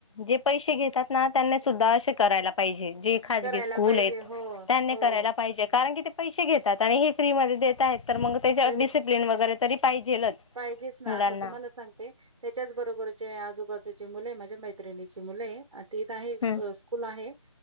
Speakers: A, on the left; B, on the right.
A: जे पैसे घेतात ना त्यांनी सुद्धा असे, जे खाजगी
B: करायला
A: स्कूल
B: पाहिजे
A: आहेत
B: हो,
A: त्यांनी
B: हो.
A: करायला पाहिजे कारण की, पैसे घेतात आणि हे फ्री मध्ये देत आहेत. तर मग त्याच्यावर
B: तरी
A: डिसिप्लिन वगैरे तरी पाहिजेलच
B: पाहिजेच ना
A: मुलांना.
B: आता तुम्हाला सांगते त्याच्याच बरोबरचे आजूबाजूची मुलं आहे माझ्या मैत्रिणीची मुलं आहे. आता इथ आहे
A: हम्म
B: स्कूल आहे